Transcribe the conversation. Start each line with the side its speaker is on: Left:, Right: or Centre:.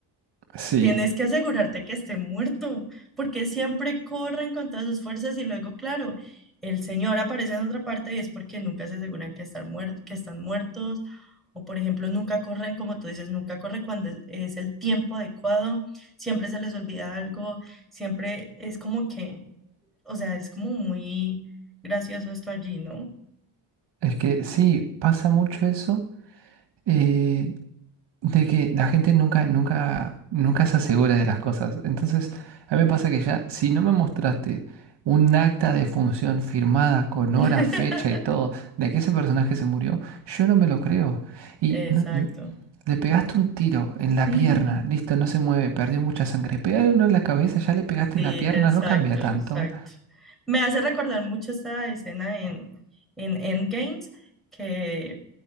Right: sí.
Centre: Tienes que asegurarte que esté muerto, porque siempre corren con todas sus fuerzas y luego, claro, el señor aparece en otra parte y es porque nunca se aseguran que, estar muer- que están muertos, o por ejemplo, nunca corren, como tú dices, nunca corre cuando es, es el tiempo adecuado, siempre se les olvida algo, siempre es como que, o sea, es como muy gracioso esto allí, ¿no?
Right: Es que sí, pasa mucho eso. eh, de que la gente nunca, nunca, nunca se asegura de las cosas. Entonces, a mí me pasa que ya, si no me mostraste un acta de función firmada con
Centre: <laughs>
Right: hora, fecha y todo, de que ese personaje se murió, yo no me lo creo. Y
Centre: Exacto.
Right: no- n- le pegaste un tiro en la
Centre: <laughs>
Right: pierna, listo, no se mueve, perdió mucha sangre. Pégale uno en la cabeza, ya le pegaste
Centre: Sí,
Right: en la pierna,
Centre: exacto,
Right: no cambia tanto.
Centre: exacto. Me hace recordar mucho esta escena en, en Endgames, que,